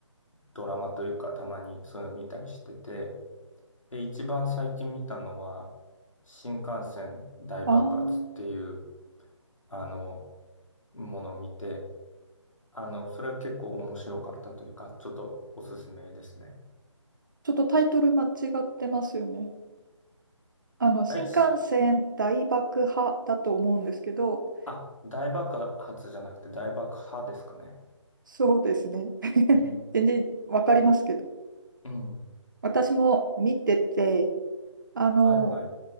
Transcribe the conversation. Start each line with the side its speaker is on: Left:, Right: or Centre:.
Left: ドラマというかたまにそういうの見たりしてて、で、一番最近見たのは、新幹線大爆発っていう、
Right: ああー、
Left: あの、ものを見て、あの、それは結構面白かったというか、ちょっとおすすめですね。
Right: ちょっとタイトル間違ってますよね。あの、新幹線大爆破だと思うんですけど、
Left: はい、あ、大爆発じゃなくて大爆破ですかね。
Right: そうですね。<laughs>
Left: うん、
Right: 全然わかりますけど。
Left: うん、
Right: 私も見てて、あの、
Left: はいはい。